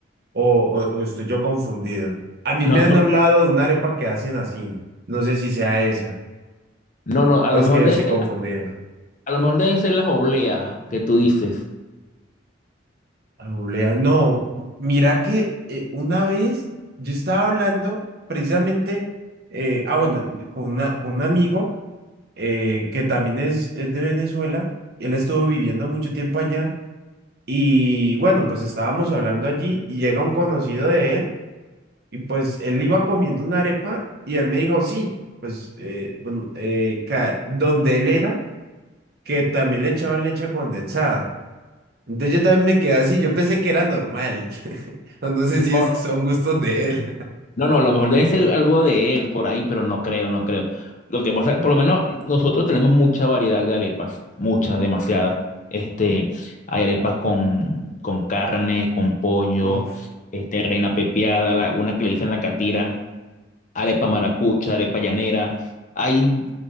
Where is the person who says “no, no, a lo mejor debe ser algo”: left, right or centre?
Left